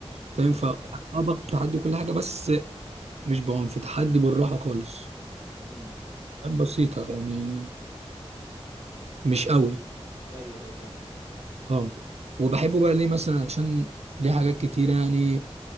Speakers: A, on the right; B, on the right.
A: بالظبط
B: فاهم ف اه باخد تحدي كل حاجة بس مش بعنف تحدي بالراحة خالص
A: امم
B: بسيطة يعني مش قوي
A: ايوه ايوه فاهم
B: اه وبحبه بقى ليه مثلا عشان ليه حاجات كتير يعني